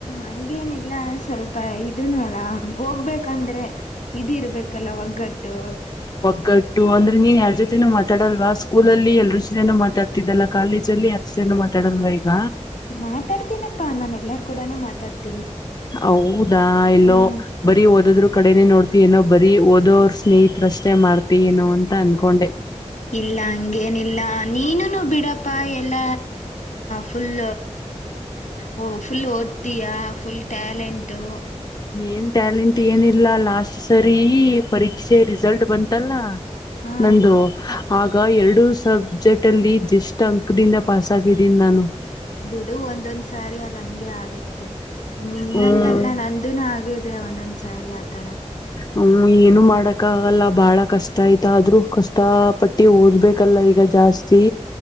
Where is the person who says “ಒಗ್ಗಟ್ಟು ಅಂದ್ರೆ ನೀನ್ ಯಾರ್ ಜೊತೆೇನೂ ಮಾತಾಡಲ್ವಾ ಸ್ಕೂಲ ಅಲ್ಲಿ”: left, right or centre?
Left